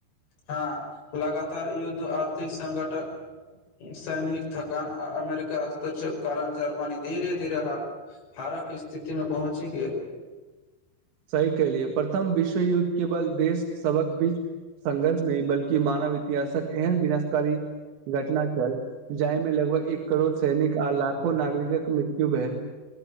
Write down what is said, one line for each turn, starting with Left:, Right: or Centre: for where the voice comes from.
Left: हँ लगातार युद्ध आर्थिक संघट सैनिक थकान अरिमेका हस्तक्षेप कारण जार्मानी धीरे धीरे ह हारक स्थितिमे पहुँचि गेल
Right: सही कलियै प्रथम विश्व युद्ध केवल देश सबक बीच संघर्ष नहि बल्कि मानव इतिहासक एहन विनाशकारी घटना छल जाय मे लगभग एक करोड़ सैनिक आ लाखो नागरिकक मृत्यु भेल